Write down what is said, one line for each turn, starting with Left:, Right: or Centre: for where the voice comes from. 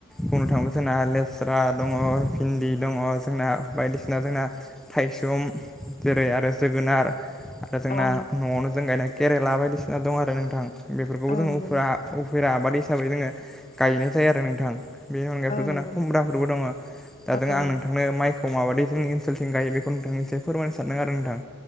Centre: बुंनो थाङोब्ला जोंना लेस्रा दङ भिन्दि दङ जोंना बायदिसिना जोंना थाइसुम जेरै आरो जोगोनार आरो जोंना
Left: औ औ
Centre: न'आवनो जों गायनाय केरेला बायदिसिना दं आरो नोंथां बेफोरखौबो
Left: औ
Centre: जों
Left: नंगौ
Centre: उफ्रा
Left: नोंथां
Centre: उफेरा आबाद हिसाबै जोङो गायनाय जायो आरो नोंथां बेनि अनगायैथ
Left: औ
Centre: जोंना
Left: नंगौ नोंथां
Centre: खुमब्राफोरबो दङ दा जों
Left: औ
Centre: आं
Left: नंगौ
Centre: नोंथांनो माइ खौ माबायदि जोंनि ओनसोलथिं गायो बेखौ नोंथां एसे फोरमायनो सानदों आरो नोंथां